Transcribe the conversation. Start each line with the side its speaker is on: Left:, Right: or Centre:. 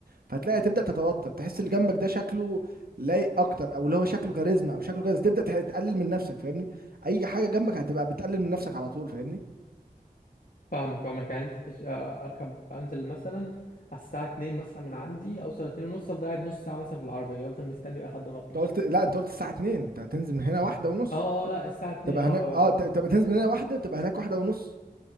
Right: فهتلاقي تبدأ تتوتر تحس اللي جنبك ده شكله لايق اكتر او اللي هو شكله كاريزما او شكله كذا تبدأ تح- تقلل من نفسك فاهمني اي حاجه جنبك هتبقى بتقلل من نفسك على طول فاهمني
Left: فاهمك فاهمك يعني انت تش- آه، اركب انزل مثلا على الساعه 2 مثلا من عندي اوصل 2 ونص افضل قاعد نص ساعه مثلا في العربيه افضل مستني بقى لحد ما اطلع
Right: انت قلت لا انت قلت الساعه 2 انت هتنزل من هنا واحدة ونص
Left: اه اه لا الساعه 2
Right: تبقى
Left: اه
Right: هناك
Left: آه،
Right: اه ت- تبقى تنزل من هنا واحده تبقى هناك واحده ونص